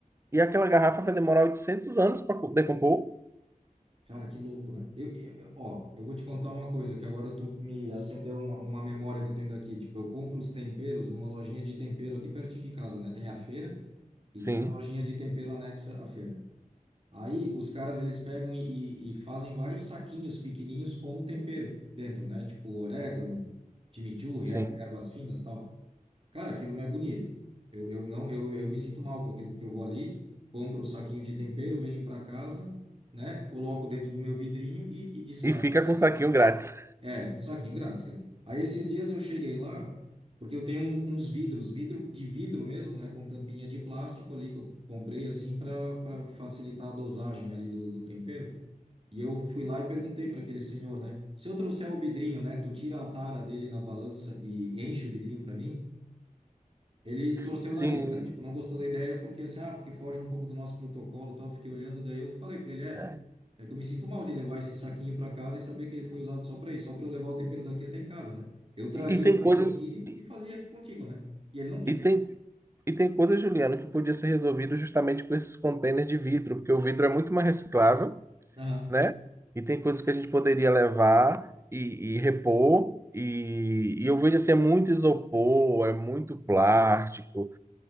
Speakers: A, on the right; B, on the right.
A: e aquela garrafa vai demorar 800 anos para decompor.
B: Cara, que louco, né? Eu, eu- eu- ó, eu vou te contar uma coisa, que agora eu tô, me acendeu uma, uma memória que eu tenho daqui. Tipo, eu compro os temperos numa lojinha de tempero aqui pertinho de casa, né? Tem a feira e
A: Sim,
B: tem a lojinha de tempero anexa à feira. Aí os caras, eles pegam e, e- e fazem vários saquinhos pequenininhos com o tempero dentro, né? Tipo, orégano, chimichurri,
A: sim.
B: er- ervas finas, tal. Cara, aquilo me agonia. Eu, eu não, eu, eu me sinto mal com aquilo, porque eu vou ali, compro o saquinho de tempero, venho para casa, né? Coloco dentro do meu vidrinho e, e descarto
A: E fica
B: aquele
A: com
B: saquinho.
A: o saquinho grátis.
B: É, um saquinho grátis, cara. Aí esses dias eu cheguei lá, porque eu tenho uns, uns vidros, vidro de vidro mesmo, né? Com tampinha de plástico ali, que eu comprei assim para para facilitar a dosagem ali do, do tempero. E eu fui lá e perguntei para aquele senhor, né? Se eu trouxer o vidrinho, né? Tu tira a tara dele na balança e enche o vidrinho para mim? Ele torceu
A: Sim.
B: o nariz, cara. Tipo, não gostou da ideia porque assim, ah, porque foge um pouco do nosso protocolo, e tal. Eu Fiquei olhando, daí eu falei pra ele, é,
A: é.
B: é que eu me sinto mal de levar esse saquinho pra casa e saber que ele foi usado só pra isso, só pra eu levar o tempero daqui até em casa, né? Eu traria
A: E, e tem
B: o vidro
A: coisas,
B: aqui
A: e,
B: e fazia aqui contigo, né? E ele não quis,
A: e tem,
B: cara.
A: e tem coisas, Juliano, que podia ser resolvido justamente com esses contêineres de vidro, porque o vidro é muito mais reciclável.
B: Aham.
A: né? E tem coisas que a gente poderia levar e, e repor. E, e eu vejo assim, é muito isopor, é muito plástico.